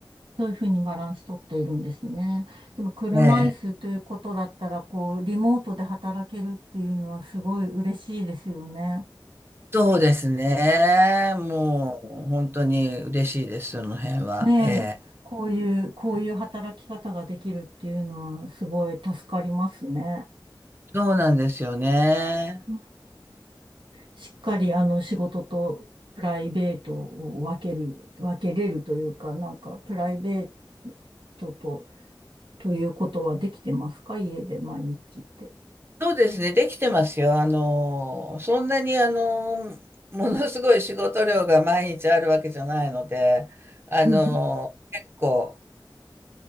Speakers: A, on the right (about 80°); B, on the right (about 30°).
A: そういうふうにバランスとっているんですね。でも車椅子ということだったら、
B: ええ
A: こう、リモートで働けるっていうのはすごい嬉しいですよね。
B: そうですね。もう本当に嬉しいです、その辺は。
A: ねえ、
B: ええ。
A: こういう、こういう働き方ができるっていうのはすごい助かりますね。
B: そうなんですよね。
A: うんしっかりあの仕事とプライベートを分ける、分けれるというか、なんかプライベートと、ということはできてますか家で毎日って。
B: そうですね、できてますよ。あの、そんなにあの、ものすごい仕事量が毎日あるわけじゃないので、あの、
A: うん
B: 結構、